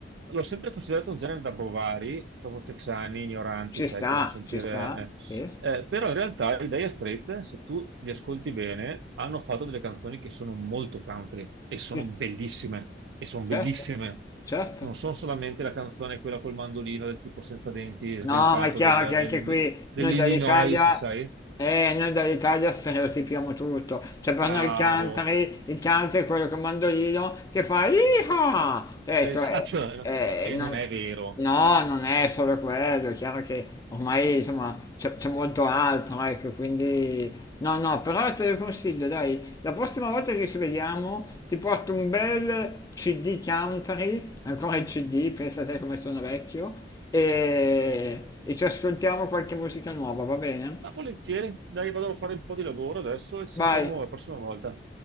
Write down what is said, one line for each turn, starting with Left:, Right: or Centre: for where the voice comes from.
Right: L'ho sempre considerato un genere da bovari, proprio texani, ignoranti,
Left: ci
Right: sai,
Left: sta,
Right: che vanno a sentire...
Left: ci sta,
Right: eh.
Left: sì,
Right: Eh, però in realtà i Dire Straits, se tu li ascolti bene, hanno fatto delle canzoni che sono molto country e sono
Left: ci-
Right: bellissime, e sono bellissime.
Left: certo, certo.
Right: Non sono solamente la canzone quella col mandolino del tipo senza denti, sdentato
Left: No, ma è chiaro
Right: del-
Left: che anche
Right: del-
Left: qui
Right: dell'Illinois,
Left: noi dall'Italia,
Right: sai?
Left: eh, noi dall'Italia stereotipiamo tutto. Cioè per
Right: Bravo,
Left: noi il country, il country è quello con mandolino che fa Iha!
Right: <laughs>
Left: Ecco,
Right: esatto,
Left: eh, cioè,
Right: e
Left: eh, non-
Right: non è vero.
Left: no, non è solo quello, è chiaro che ormai insomma c'è c'è molto altro, ecco, quindi... No, no, però te lo consiglio, dai, la prossima volta che ci vediamo ti porto un bel CD country, ancora il CD, pensate come sono vecchio, e, e ci ascoltiamo qualche musica nuova, va bene?
Right: Ma volentieri, dai, vado a fare un po' di lavoro adesso e ci sentiamo
Left: Vai,
Right: la prossima volta.